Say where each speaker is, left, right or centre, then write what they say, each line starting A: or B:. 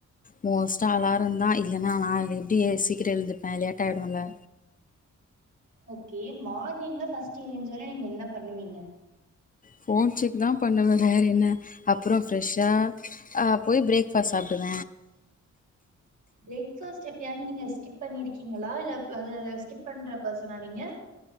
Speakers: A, on the left (about 30°); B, on the right (about 85°).
A: மோஸ்ட்டா அலாரந்தா இல்லன்னா நா எப்டியே சீக்கிரோ எழுதுருப்ப லேட்டாயிடுல்ல
B: ஓகே மார்னிங்ல ஃபஸ்ட்டு ஏஞ் சொன்ன நீங்க என்ன பண்ணுவீங்க
A: ஃபோன் செக் தா பண்ணுவ வேற என்ன அப்புறோ ஃப்ரெஷ்ஷா ஆ போய் பிரேக் ஃபாஸ்ட் சாப் டுவ
B: பிரேக்ஃபாஸ்ட் எப்பயாது நீங்க ஸ்கிப் பண்ணிருக்கீங்ளா இல்ல அது அத ஸ்கிப் பண்ற போசனா நீங்க